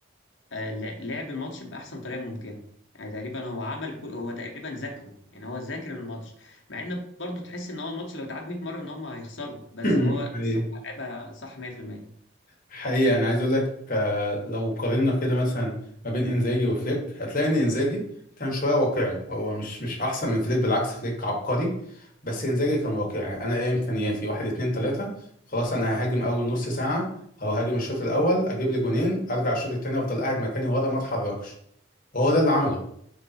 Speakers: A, on the left (about 65°); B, on the left (about 45°).
A: آه، لا- لعب الماتش بأحسن طريقة ممكنة يعني تقريبا هو عمل كل هو تقريبا ذاكره يعني هو ذاكر الماتش مع إن برضه تحس إن هو الماتش لو اتعاد 100 مرة إن هم هيخسروا بس
B: <laughs>
A: هو
B: ايه
A: الصراحة لعبها صح 100%
B: حقيقي انا عايز اقول لك آه، لو قارنا كده مثلا ما بين انزاجي وفليك هتلاقي ان انزاجي كان شويه واقعي هو مش مش احسن من فليك بالعكس فليك عبقري بس انزاجي كان واقعي انا ايه امكانياتي واحد اتنين تلاته خلاص انا ههاجم اول نص ساعه او هاجم الشوط الاول اجيب لي جونين ارجع الشوط التاني افضل قاعد مكاني ورا ما اتحركش وهو ده اللي عمله